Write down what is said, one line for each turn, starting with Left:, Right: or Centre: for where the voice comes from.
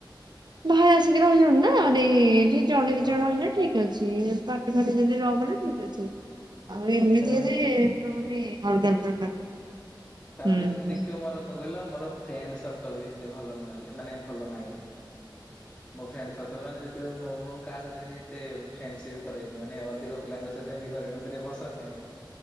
Right: ବାହାରେ ଆସିକି ରହିଲୁଣି ନା ମାନେ ଜଣେ
Left: ହଁ
Right: ଦି ଜଣ ହେଲେ ଠିକ ଅଛି ପାଟି ଫାଟି ଯଦି ନ ଗଲେ ଠିକ ଅଛି। ଆଉ ଏମିତିରେ
Left: ଏମ୍
Right: ପୁରା ମାନେ ଅଲଗା ପ୍ରକାର।
Left: ତାପରେ
Right: ହୁଁ।
Left: ଦିଦି ଦେଖିବ ମୋର କଣ କହିଲ ମୋର ଫ୍ରେଣ୍ଡ ସର୍କଲ ବି ଏତେ ଭଲ ନୁହନ୍ତି ମାନେ ଭଲ ନାହିଁ। ମୋ ଫ୍ରେଣ୍ଡ ସର୍କଲ ମାନେ ଯେତେଳେ ମୁଁ ମୁଁ କାହା ସହିତ ଏତେ ଫ୍ରେଣ୍ଡସିପ କରେନି ମାନେ ଅଧିକ ପିଲାଙ୍କ ସହିତ ଏମିତି କରେନି ମତେ ଟିକେ ପସନ୍ଦ ନାହିଁ।